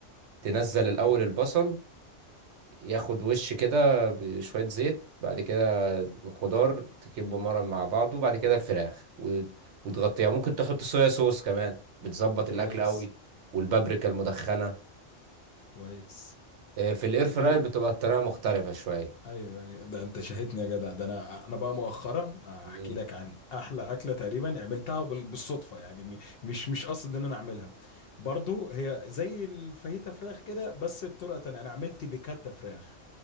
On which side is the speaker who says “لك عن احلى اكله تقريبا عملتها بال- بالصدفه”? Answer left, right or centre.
Left